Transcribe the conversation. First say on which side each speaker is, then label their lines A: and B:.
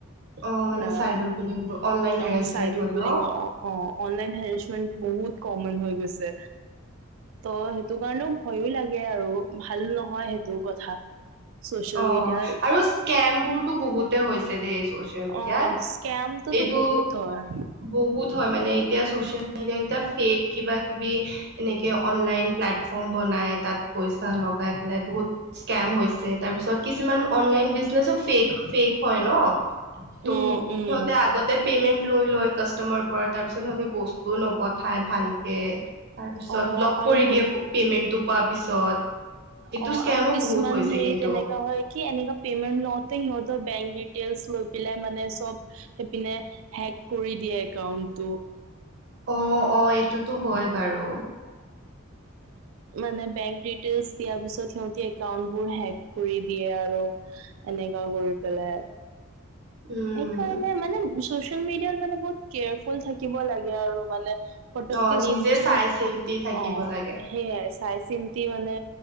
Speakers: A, on the right; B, on the right.
A: অ মানে
B: আহ
A: চাইবাৰ বুলিং বোৰ অনলাইন হেৰেচমেন্ট
B: অ চাইবোৰ
A: হয়
B: বুলি
A: ন
B: অ অ অ। অনলাইন হেৰেছমেন্ট বহুত কমন হৈ গৈছে ত' সেইটো কাৰণেও ভয়ো লাগে আৰু ভাল নহয় সেইটো কথা। চচিয়েল
A: অহ,
B: মিডিয়াৰ
A: আৰু স্কেমবোৰতো বহুতে হৈছে দেই চচিয়েল মিডিয়াত
B: অ স্কেমটোতো
A: এইটো
B: বহুত হয়
A: বহুত হয় মানে এতিয়া চচিয়েল মিডিয়া এতিয়া ফেক কিবাকিবি এনেকে অনলাইন প্লেটফৰ্ম বনাই তাত পইচা লগাই পেলাই বহুত স্কেম হৈছে। তাৰপিছত কিছুমান অনলাইন বিজনেছো। ফেক ফেক হয় ন ত
B: উম উম
A: সিহঁতে আগতে পেমেণ্ট। লৈ লয় কাষ্টমাৰ পৰা তাৰ পিছত সিহতে বস্তুও নপঠাই ভালকে। তাৰ পিছত
B: অ
A: ব্লক
B: আৰু
A: কৰি দিয়ে পেমেন্টটো পোৱাৰ পিছত। এইটো
B: অহ,
A: স্কেমো
B: আৰু কিছুমান
A: বহুত হৈছে
B: হেৰি
A: কিন্তু
B: তেনেকা হয় কি এনেকা পেমেন্ট লওতে সিহঁতৰ বেংক ডিটেইলচ লৈ পেলাই মানে চব সেইপিনে হেক কৰি দিয়ে একাউন্ট তো।
A: অ অ এইটোতো হয় বাৰু।
B: <inaudible> মানে বেংক ডিটেইলছ দিয়াৰ পিছত সিহঁতি একাউন্টবোৰ হেক কৰি দিয়ে আৰু। এনেকা কৰি পেলাই
A: উম
B: সেই কাৰণে মানে চচিয়েল মিডিয়াত মানে বহুত কেয়াৰফুল থাকিব লাগে আৰু মানে। পটককে
A: অ নিজে
B: চব বস্তুত
A: চাই চিন্তি থাকিব
B: অ
A: লাগে
B: সেইয়াই আছে। চাই চিন্তি মানে